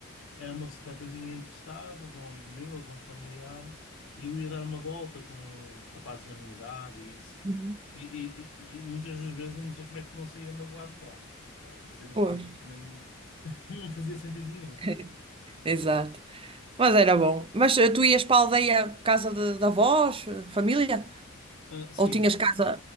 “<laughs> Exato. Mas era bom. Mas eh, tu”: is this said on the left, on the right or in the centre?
Right